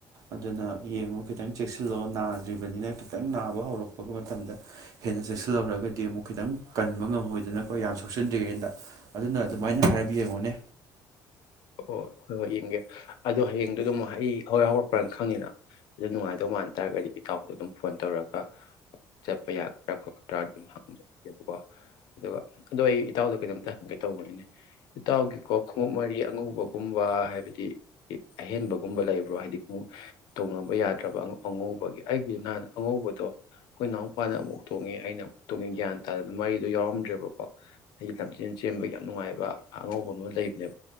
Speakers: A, on the right (about 50°); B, on the left (about 75°).
A: ꯑꯗꯨꯅ ꯌꯦꯡꯉꯨ ꯈꯤꯇꯪ ꯆꯦꯛꯁꯤꯜꯂ‌ꯣ ꯅꯥꯗ꯭ꯔꯤꯕꯅꯤꯅ ꯈꯤꯇꯪ ꯅꯥꯕ ꯍꯧꯔꯛꯄ ꯃꯇꯝꯗ ꯍꯦꯟꯅ ꯆꯦꯛꯁꯤꯜꯍꯧꯔꯒꯗꯤ ꯑꯃꯨꯛ ꯈꯤꯇꯪ ꯀꯟꯕ ꯉꯝꯍꯧꯏꯗꯅꯀꯣ ꯌꯥꯝ ꯁꯣꯛꯆꯟꯗꯔꯤꯉꯩꯗꯥ ꯑꯗꯨꯅ ꯑꯗꯨꯃꯥꯏꯅ ꯍꯥꯏꯔꯞ ꯌꯦꯡꯉꯣꯅꯦ
B: ꯑꯣ ꯍꯣꯏ ꯍꯣꯏ ꯌꯦꯡꯒꯦ ꯑꯗꯣ ꯍꯌꯦꯡꯗꯨ ꯑꯗꯨꯝ ꯑꯩ ꯍꯋꯥꯏ ꯍꯧꯔꯛꯄ꯭ꯔꯅ ꯈꯪꯉꯤꯅ ꯑꯗꯨ ꯅꯨꯡꯉꯥꯏꯗꯧ ꯃꯥꯟ ꯇꯥꯔꯒꯗꯤ ꯏꯇꯥꯎꯗꯥ ꯑꯗꯨꯝ ꯐꯣꯟ ꯇꯧꯔꯒ ꯆꯠꯄ ꯌꯥꯒꯗ꯭ꯔꯥ ꯈꯣꯠꯀꯗ꯭ꯔꯥ ꯑꯗꯨꯝ ꯍꯪꯖꯔꯛꯒꯦꯕꯀꯣ ꯑꯗꯨꯒ ꯑꯗꯣ ꯑꯩ ꯏꯇꯥꯎꯗ ꯀꯩꯅꯣꯝꯇ ꯍꯪꯒꯦ ꯇꯧꯕꯅꯤꯅꯦ ꯏꯇꯥꯎꯒꯤ ꯀꯣꯛ ꯈꯣꯡꯎꯞ ꯃꯔꯤ ꯑꯉꯧꯕꯒꯨꯝꯕ ꯍꯥꯏꯕꯗꯤ ꯑꯍꯦꯟꯕꯒꯨꯝꯕ ꯂꯩꯕ꯭ꯔꯣ ꯍꯥꯏꯗꯤ ꯈꯣꯡꯎꯞ ꯇꯣꯡꯅꯕ ꯌꯥꯗ꯭ꯔꯕ ꯑꯉꯧꯕꯒꯤ ꯑꯩꯒꯤ ꯑ ꯑꯉꯧꯕꯗꯣ ꯑꯩꯈꯣꯏ ꯏꯅꯥꯎ ꯅꯨꯄꯥꯅ ꯑꯃꯨꯛ ꯇꯣꯡꯉꯦ ꯑꯩꯅ ꯑꯃꯨꯛ ꯇꯣꯡꯉꯦ ꯒ꯭ꯌꯥꯟ ꯇꯥꯗꯅ ꯃꯔꯤꯗꯨ ꯌꯥꯎꯔꯝ꯭ꯗꯔꯦꯕꯀꯣ ꯑꯩꯒꯤ ꯂꯝꯖꯦꯟ ꯆꯦꯟꯕꯒꯤ ꯌꯥꯝ ꯅꯨꯡꯉꯥꯏꯕ ꯑꯉꯧꯕ ꯑꯃ ꯂꯩꯕ ꯂꯦꯞ